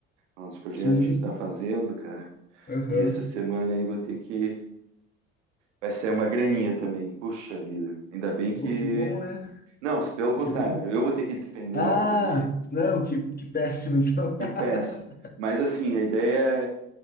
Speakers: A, on the right (about 85°); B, on the left (about 25°).
A: um dos projetos
B: Sim,
A: que a gente tá fazendo, cara.
B: aham.
A: E essa semana aí vou ter que. Vai sair uma graninha também. Puxa vida. Ainda bem que.
B: Oh, que bom, né?
A: Não, pelo contrário,
B: Que bom.
A: eu vou ter que despender
B: Ah,
A: uma graninha
B: não, que, que péssimo, então.
A: Que
B: <laughs>
A: péssimo. Mas assim, a ideia